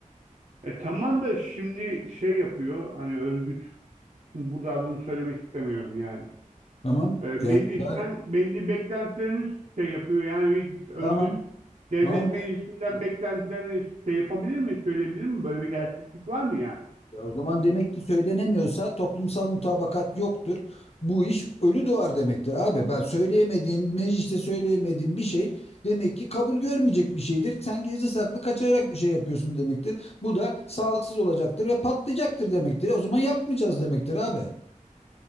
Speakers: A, on the right; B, on the left.
A: E tamam da şimdi şey yapıyor hani örgüt. Şimdi burada adını söylemek istemiyorum yani.
B: Tamam.
A: E, meclisten
B: Yani ben
A: belli beklentilerini şey yapıyor. Yani bir örgüt
B: tamam.
A: devlet
B: Tamam.
A: meclisinden beklentilerini şey yapabilir mi, söyleyebilir mi? Böyle bir gerçeklik var mı yani?
B: Ya o zaman demek ki söylenemiyorsa toplumsal mutabakat yoktur. Bu iş ölü doğar demektir abi. Ben söyleyemediğim, mecliste söyleyemediğim bir şey demek ki kabul görmeyecek bir şeydir. Sen gizli saklı kaçırarak bir şey yapıyorsun demektir. Bu da sağlıksız olacaktır ve patlayacaktır demektir. O zaman yapmayacağız demektir abi.